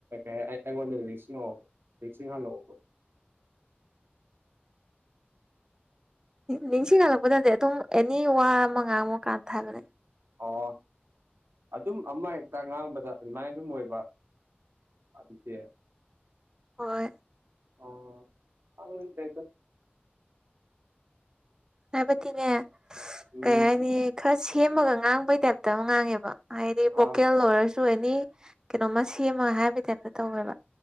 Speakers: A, on the right; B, on the right.
A: ꯍꯥꯏ ꯑꯩꯉꯣꯟꯗ ꯅꯤꯡꯁꯤꯡꯉꯛꯑꯣꯕ ꯅꯤꯡꯁꯤꯡꯍꯜꯂꯛꯑꯣꯕ
B: <inaudible> ꯅꯤꯡꯁꯤꯡꯍꯂꯛꯄꯗꯗꯤ ꯑꯗꯨꯝ ꯑꯦꯅꯤ ꯋꯥ ꯑꯃ ꯉꯥꯡꯃꯨꯀꯥꯟꯗ ꯍꯥꯏꯕꯅꯦ
A: ꯑꯣ ꯑꯗꯨꯝ ꯑꯃ ꯍꯦꯛꯇ ꯉꯥꯡꯕꯗ ꯑꯗꯨꯃꯥꯏꯅ ꯑꯗꯨꯝ ꯑꯣꯏꯕ ꯑꯗꯨꯗꯤ
B: ꯍꯣꯏ
A: ꯑꯣ ꯑꯇꯦꯛꯇ
B: ꯍꯥꯏꯕꯗꯤꯅꯦ
A: ꯎꯝ
B: ꯀꯩ ꯍꯥꯏꯅꯤ ꯈꯔ ꯁꯦꯝꯃꯒ ꯉꯥꯡꯕꯩ ꯇꯥꯏꯞꯇ ꯑꯃ ꯉꯥꯡꯉꯦꯕ ꯍꯥꯏꯗꯤ ꯚꯣꯀꯦꯜ
A: ꯑꯥ
B: ꯑꯣꯏꯔꯁꯨ ꯑꯦꯅꯤ ꯀꯩꯅꯣꯃ ꯁꯦꯝ ꯍꯥꯏꯕ ꯇꯥꯏꯞꯇ ꯇꯧꯋꯦꯕ